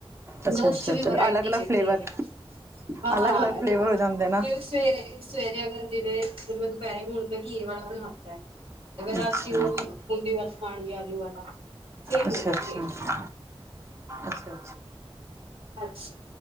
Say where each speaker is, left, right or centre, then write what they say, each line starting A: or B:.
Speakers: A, on the right (about 25°); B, on the right (about 70°).
A: ਅੱਛਾ
B: ਉਸ
A: ਅੱਛਾ
B: ਚ ਵੀ
A: ਅੱਛਾ
B: ਵਰਾਇਟੀ
A: ਅਲੱਗ ਅਲੱਗ
B: ਚਾਹੀਦੀ
A: ਫਲੇਵਰ
B: ਹੈ ਹਾਂ
A: ਅਲੱਗ ਅਲੱਗ ਫਲੇਵਰ
B: ਜਿਵੇਂ
A: ਹੋ ਜਾਂਦੇ ਨਾ
B: ਸਵੇਰੇ ਸਵੇਰੇ ਅਗਰ ਜਿਵੇਂ ਫਿਰ, ਮੈਂ ਦੁਪਹਿਰੇ ਹੋਣ ਘੀ ਵਾਲਾ ਬਨਵਾਤੈ ਤੇ ਫਿਰ ਰਾਤੀ
A: ਅੱਛਾ
B: ਹੁਣ ਹੁੰਦੀ ਵਸ ਖਾਣਗੇ ਆਲੂ ਵਾਲਾ ਸੇਮ
A: ਅੱਛਾ
B: ਨੀ ਖਾਣਗੇ।
A: ਅੱਛਾ ਅੱਛਾ
B: ਅੱਛੀ।